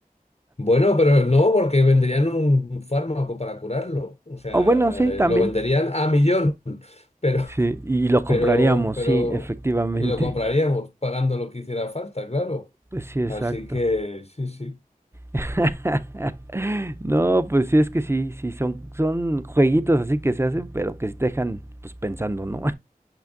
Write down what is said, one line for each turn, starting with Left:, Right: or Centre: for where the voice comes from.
Left: Bueno, pero no, porque venderían un fármaco para curarlo. O sea,
Right: O bueno, sí, también.
Left: eh, lo venderían a millón, pero,
Right: Sí, y lo compraríamos,
Left: pero, pero,
Right: sí, efectivamente.
Left: y lo compraríamos pagando lo que hiciera falta, claro.
Right: Pues sí, exacto.
Left: Así que sí, sí.
Right: <laughs> no, pues sí, es que sí, sí, son, son jueguitos así que se hacen, pero que sí te dejan pues pensando, ¿no?